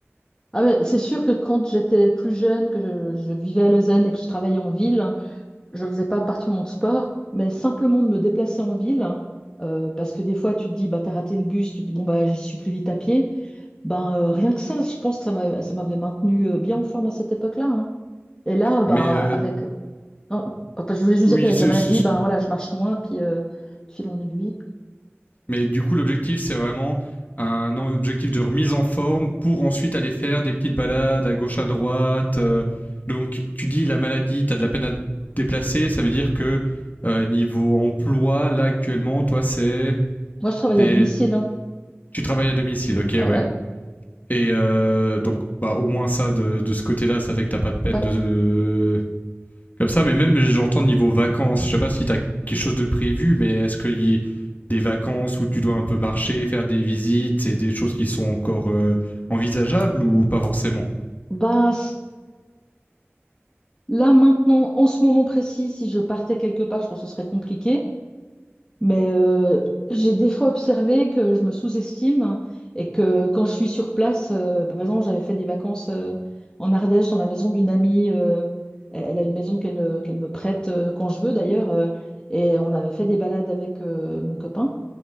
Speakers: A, on the left; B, on the left.
A: Ah ouais, c'est sûr que quand j'étais plus jeune, que je, je vivais à Lausanne et que je travaillais en ville, hein, je ne faisais pas particulièrement de sport, mais simplement de me déplacer en ville, hein, euh, parce que des fois tu te dis, bah, t'as raté le bus, tu te dis, bon, bah, j'y suis plus vite à pied, ben, euh, rien que ça, je pense que ça m'a- ça m'avait maintenu euh, bien en forme à cette époque-là. hein. Et là, ben,
B: mais euh,
A: avec... non, enfin, je voulais juste
B: oui,
A: dire qu'avec
B: c'est-
A: la maladie,
B: c'est-
A: ben, voilà, je marche moins, puis euh, de fil en aiguille.
B: Mais du coup, l'objectif, c'est vraiment un objectif de remise en forme pour ensuite aller faire des petites balades à gauche à droite. euh, donc, tu dis la maladie, t'as de la peine à te déplacer, ça veut dire que euh, niveau emploi, là actuellement, toi, c'est
A: Moi, je travaille
B: t'es-
A: à domicile. hein.
B: tu travailles à domicile, ok,
A: Ouais,
B: ouais.
A: ouais,
B: Et euh, donc, bah, au moins ça de, de ce côté-là, ça fait que t'as pas de peine
A: ouais.
B: de, comme ça, mais même j'entends niveau vacances, je sais pas si t'as quelque chose de prévu, mais est-ce qu'il y a des vacances où tu dois un peu marcher, faire des visites, c'est des choses qui sont encore euh, envisageables ou pas forcément
A: Bah, Là, maintenant, en ce moment précis, si je partais quelque part, je pense que ce serait compliqué. Mais euh, j'ai des fois observé que je me sous-estime et que quand je suis sur place, euh, bah, par exemple, j'avais fait des vacances euh, en Ardèche dans la maison d'une amie. euh, elle elle a une maison qu'elle euh, qu'elle me prête euh, quand je veux d'ailleurs. euh, et on avait fait des balades avec euh, mon copain.